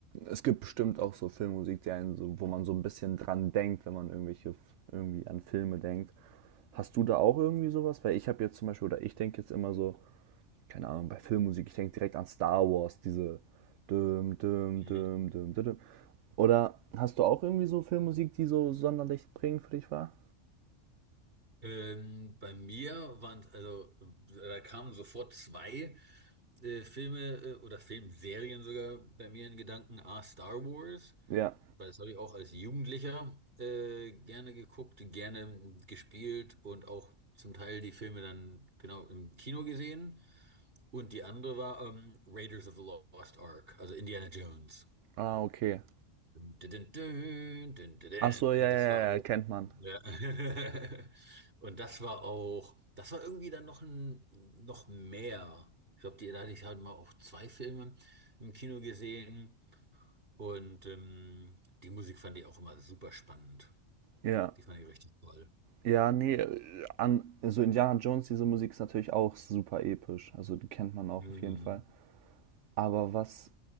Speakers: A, on the right; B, on the right.
A: es gibt bestimmt auch so Filmmusik, die einen so, wo man so ein bisschen dran denkt, wenn man irgendwelche irgendwie an Filme denkt. Hast du da auch irgendwie sowas? Weil ich habe jetzt zum Beispiel, oder ich denke jetzt immer so keine Ahnung, bei Filmmusik, ich denke direkt an Star Wars, diese düm, düm,
B: Ja.
A: düm, düm, düm, düm. Oder hast du auch irgendwie so Filmmusik, die so sonderlich prägend für dich war?
B: Ähm, bei mir waren, also äh, da kamen sofort zwei äh, Filme äh, oder Filmserien sogar bei mir in Gedanken. A, Star Wars,
A: Ja.
B: weil das habe ich auch als Jugendlicher äh, gerne geguckt, gerne gespielt und auch zum Teil die Filme dann genau im Kino gesehen. Und die andere war ähm, Raiders of the Lost Ark, also Indiana Jones.
A: Ah, okay.
B: Dün, dün, dün, dün, dün,
A: Ach so, ja,
B: dün. Das
A: ja, ja,
B: war auch.
A: ja, kennt man.
B: Ja. <laughs> Und das war auch. Das war irgendwie dann noch ein, noch mehr. Ich glaube, die da hatte ich halt mal auch zwei Filme im Kino gesehen. Und ähm, die Musik fand ich auch immer super spannend.
A: Ja.
B: Die fand ich richtig toll.
A: Ja, nee, an, so Indiana Jones, diese Musik ist natürlich auch super episch. Also die kennt man auch
B: Mhm.
A: auf jeden Fall. Aber was,